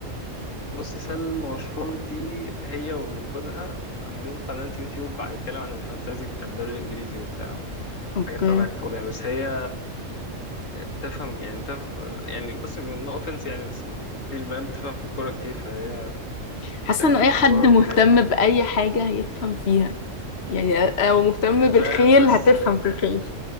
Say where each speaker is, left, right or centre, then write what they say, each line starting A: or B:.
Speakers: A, on the left; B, on the left.
A: بصي سلمى مشهور دي هي وجوزها عاملين قناة يوتيوب بيتكلم عن الفانتازي بتاع الدوري الانجليزي وبتاع
B: <laughs> اوكي
A: حاجات تبع الكورة يعني بس هي بتفهم يعني بتفهم في يعني بصي نو اوفنس يعني بس مفيش بنات بتفهم في الكورة كتير فهي
B: حاسة
A: تفهم
B: ان اي
A: في الكورة
B: حد مهتم
A: ودي حاجة غريبة
B: بأي حاجة هيفهم فيها يعني او مهتم بالخيل
A: لا بس
B: هتفهم في الخيل